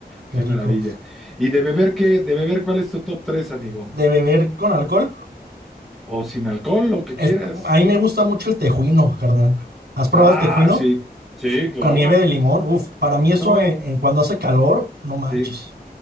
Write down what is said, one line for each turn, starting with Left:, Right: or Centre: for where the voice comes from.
Right: qué
Centre: ¡Qué
Right: rico.
Centre: maravilla! ¿Y de beber qué? ¿De beber cuál es tu top 3, amigo?
Right: ¿De beber con alcohol?
Centre: O sin alcohol, lo que
Right: El-
Centre: quieras.
Right: a mí me gusta mucho el tejuino, carnal. ¿Has probado
Centre: Ah,
Right: el tejuino?
Centre: sí, sí, claro.
Right: Con nieve de limón. Uf, para mí eso
Centre: No,
Right: en, en cuando hace calor, no manches.
Centre: sí.